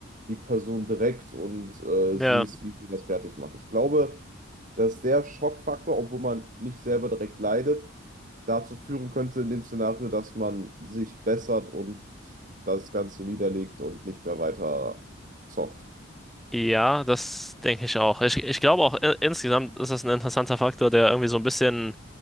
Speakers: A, on the right; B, in the centre.
A: die Person direkt und äh,
B: ja.
A: siehst, wie sie das fertig macht. Ich glaube, dass der Schockfaktor, obwohl man nicht selber direkt leidet, dazu führen könnte in dem Szenario, dass man sich bessert und das Ganze niederlegt und nicht mehr weiter zockt.
B: Ja, das denke ich auch. Ich, ich glaube auch i- insgesamt ist das ein interessanter Faktor, der irgendwie so ein bisschen